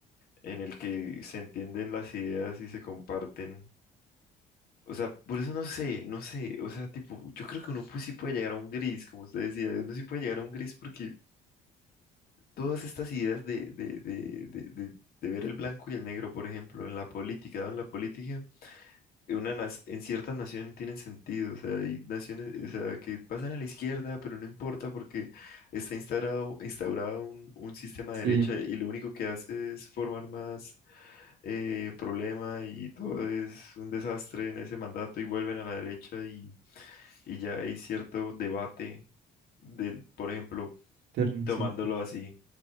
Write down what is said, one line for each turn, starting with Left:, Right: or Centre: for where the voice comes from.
Left: en el que se entienden las ideas y se comparten. O sea, por eso no sé, no sé, o sea, tipo, yo creo que uno pues sí puede llegar a un gris, como usted decía, uno sí puede llegar a un gris porque todas estas ideas de, de, de, de, de de ver el blanco y el negro, por ejemplo, en la política, ¿no? en la política, una nas- en ciertas naciones no tienen sentido, o sea, hay naciones, o sea, que pasan a la izquierda, pero no importa porque está instaurado, instaurado un, un sistema
Right: Sí,
Left: de derecha y lo único que hace es formar más eh, problema y todo es un desastre en ese mandato y vuelven a la derecha y, y ya hay cierto debate del, por ejemplo,
Right: terno,
Left: tomándolo
Right: sí,
Left: así.